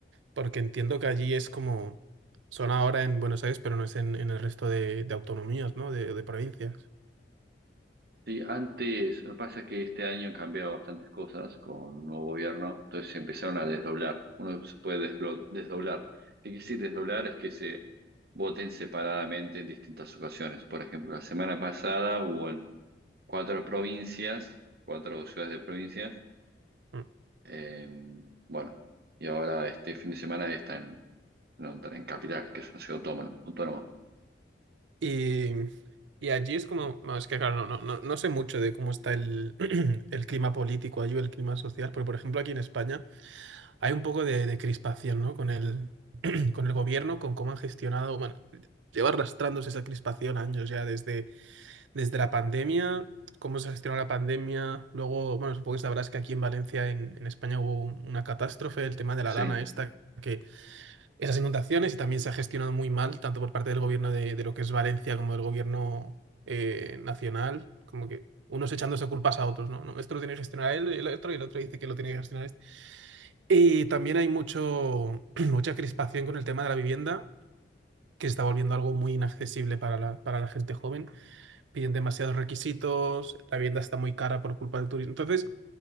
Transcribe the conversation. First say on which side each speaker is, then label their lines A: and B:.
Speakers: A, on the right (about 85°); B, on the right (about 55°).
A: Porque entiendo que allí es como, son ahora en Buenos Aires, pero no es en, en el resto de, de autonomías, ¿no? De, de provincias.
B: Sí, antes, lo que pasa es que este año han cambiado bastantes cosas con un nuevo gobierno, entonces se empezaron a desdoblar. Uno se puede deslo- desdoblar. ¿Qué quiere decir desdoblar? Es que se voten separadamente en distintas ocasiones. Por ejemplo, la semana pasada hubo en cuatro provincias, cuatro ciudades de provincias.
A: Mm.
B: eh, bueno, y ahora este fin de semana está en, no, en Capital, que es una ciudad autónoma. autónoma.
A: Y, y allí es como, no, es que claro, no, no, no sé mucho de cómo está el, <clears throat> el clima político allí o el clima social, pero por ejemplo aquí en España hay un poco de, de crispación, ¿no? Con el, <clears throat> con el gobierno, con cómo han gestionado, bueno, lleva arrastrándose esa crispación años ya desde desde la pandemia, cómo se gestionó la pandemia. Luego, bueno, supongo que sabrás que aquí en Valencia, en, en España, hubo un- una catástrofe, el tema de la
B: Sí.
A: Dana esta, que esas inundaciones y también se ha gestionado muy mal, tanto por parte del gobierno de, de lo que es Valencia como del gobierno eh, nacional, como que unos echándose culpas a otros, ¿no? No, Esto lo tiene que gestionar él y el otro, y el otro dice que lo tiene que gestionar este. Y también hay mucho, <clears throat> mucha crispación con el tema de la vivienda, que se está volviendo algo muy inaccesible para la, para la gente joven piden demasiados requisitos, la vivienda está muy cara por culpa del turismo. Entonces,